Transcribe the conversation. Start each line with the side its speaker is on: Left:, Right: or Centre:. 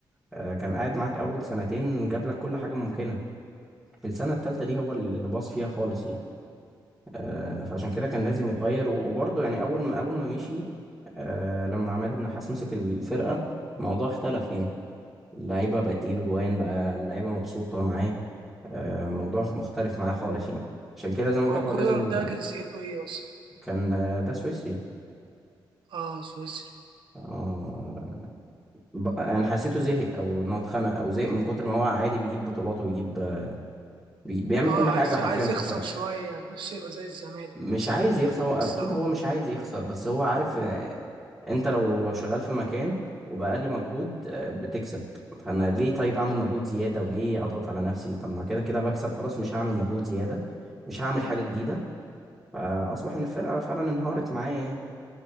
Centre: آه، كان قاعد معاك اول سنتين جاب لك كل حاجه ممكنه في السنه الثالثه دي هو اللي باظ فيها خالص يعني آه، فعشان كده كان لازم يتغير و- وبرضه يعني اول ما اول ما مشي آه، لما عماد النحاس مسك الفرقه الموضوع اختلف يعني اللعيبة بقت تجيب أجوان بقى اللعيبة مبسوطة معاه آه، الموضوع مختلف معاه خالص يعني عشان كده زي ما بقولك
Right: هو كولر
Centre: هو لازم
Right: ده جنسيته إيه أصلا
Centre: كان آه، ده سويسري
Right: آه سويسري
Centre: آه، ب- أنا حسيته زهق أو إن هو اتخنق أو زهق من كتر ما هو عادي بيجيب بطولات وبيجيب آه، بي- بيعمل
Right: آه
Centre: كل حاجة
Right: عايز
Centre: حرفيا
Right: عايز
Centre: في
Right: يخسر
Centre: الفرق
Right: شوية نفسه يبقى زي الزمالك
Centre: مش
Right: مثلا
Centre: عايز يخسر
Right: آه،
Centre: هو أكيد
Right: خسرون
Centre: هو مش عايز يخسر بس هو عارف انت لو لو شغال في مكان وبأقل مجهود آه، بتكسب فانا ليه طيب اعمل مجهود زيادة وليه اضغط على نفسي طب ما كده كده بكسب خلاص مش هعمل مجهود زيادة مش هعمل حاجة جديدة فاصبح ان الفرقة فعلا انهارت معايا يعني.